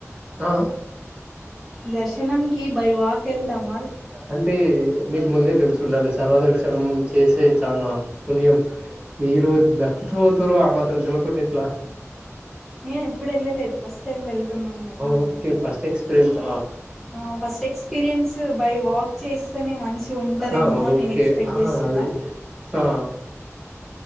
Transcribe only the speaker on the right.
ఆ
అంటే మీకు ముందే తెలుసుండాలి సర్వదర్శనం చేసే చాలా పుణ్యం మీరు భక్తితో పోతరు ఆ మాత్రం తెలయకుండా ఇట్లా
ఓకే ఫస్ట్ ఎక్స్పీరియన్స్
ఆ
ఓకే
ఆ
అదే ఆ